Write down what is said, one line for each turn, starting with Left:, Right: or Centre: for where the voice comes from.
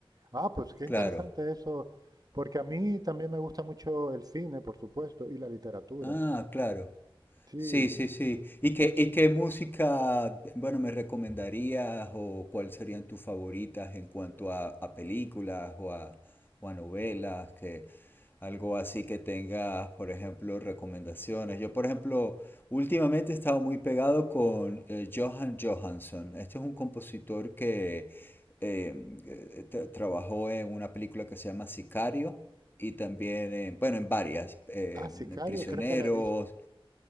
Right: Ah, pues qué
Left: Claro.
Right: interesante eso, porque a mí también me gusta mucho el cine, por supuesto, y la literatura.
Left: Ah, claro.
Right: Sí,
Left: Sí, sí, sí. ¿Y qué, y qué música, bueno, me recomendarías o cuáles serían tus favoritas en cuanto a, a películas o a, o a novelas? Que, algo así que tengas, por ejemplo, recomendaciones. Yo, por ejemplo, últimamente he estado muy pegado con eh, Johan Johansson. Este es un compositor que eh, eh, tra- trabajó en una película que se llama Sicario y también, en- bueno, en varias, eh,
Right: ah, Sicario
Left: Prisioneros,
Right: creo que la he visto.